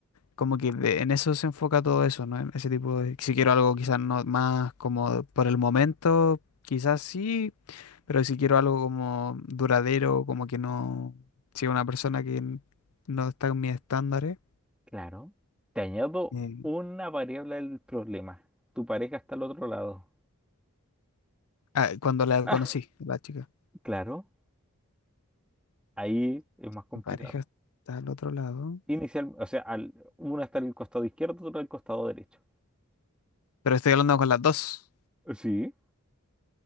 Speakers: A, on the left; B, in the centre.
A: como que de- en eso se enfoca todo eso, ¿no? En ese tipo de... Si quiero algo quizás no más como por el momento, quizás sí. Pero si quiero algo como duradero, como que no, sea una persona que n- no está en mis estándares,
B: Claro. Te añado
A: eh,
B: una variable del problema. Tu pareja está al otro lado.
A: ah, cuando la
B: <laughs>
A: conocí, la chica,
B: Claro, ahí es más complicado.
A: mi pareja está al otro lado,
B: Inicial, o sea, al, uno está al costado izquierdo, otro al costado derecho.
A: pero estoy hablando con las dos.
B: Sí.